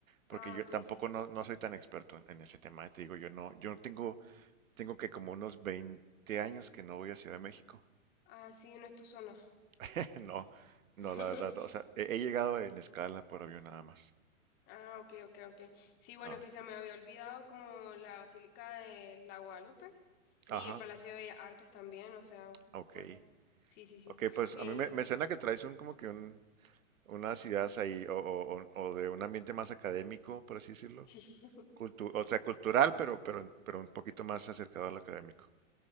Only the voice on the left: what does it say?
Ah,
ok,
sí.
Ah, sí, no es tu zona.
<laughs>
Ah, ok, ok, ok. Sí, bueno,
que se me había olvidado como la Basílica de la Guadalupe y
el Palacio de Bellas Artes también, o sea,
pues, sí, sí, sí.
Eh,
<laughs> sí, sí,